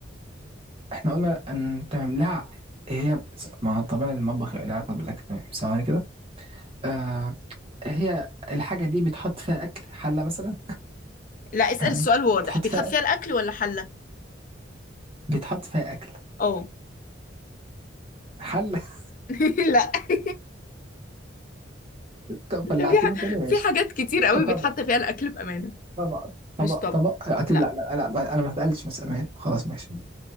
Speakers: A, on the right; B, on the left.
A: احنا قلنا أن تمام لا هي بس- ما طبعا المطبخ يبقى لها علاقة بالأكل تمام ثواني كده آه هي الحاجة دي بيتحط فيها أكل حلة مثلا
B: لا اسأل
A: يعني
B: السؤال واضح
A: بتحط
B: بيتحط
A: فيها
B: فيها
A: أكل،
B: الاكل ولا حلة
A: بيتحط فيها أكل
B: اه
A: حلة <laughs>
B: <laughs> لا <laughs>
A: طب بلعتني
B: في ح...
A: تاني ماشي
B: في حاجات كتير قوي بيتحط
A: طب
B: فيها الاكل بامانه
A: طبق طبق
B: مش طبق
A: طبق اكيد
B: لا
A: لا لا لا ما- انا ما سالتش بس امان خلاص ماشي